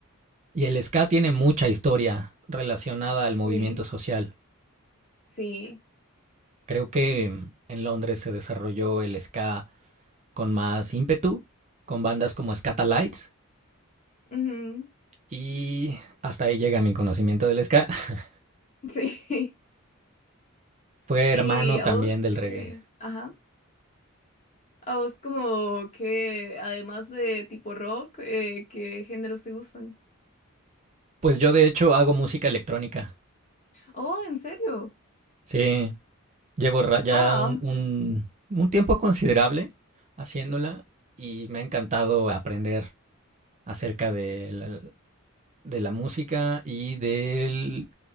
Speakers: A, on the right; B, on the left.
A: Y el ska tiene mucha historia relacionada al movimiento
B: Sí,
A: social.
B: sí,
A: Creo que mm, en Londres se desarrolló el ska con más ímpetu, con bandas como Scatalites
B: ujú,
A: y hasta ahí llega mi conocimiento del ska. <laughs>
B: sí. <laughs>
A: Fue hermano
B: ¿Y a
A: también
B: vos?
A: del
B: qué?
A: reggae.
B: ajá. A vos como que, además de tipo rock, eh, ¿qué géneros te gustan?
A: Pues yo de hecho hago música electrónica.
B: Oh, ¿en serio?
A: Sí, llevo ra- ya
B: Wow.
A: un, un, un tiempo considerable haciéndola y me ha encantado aprender acerca de la, de la música y del,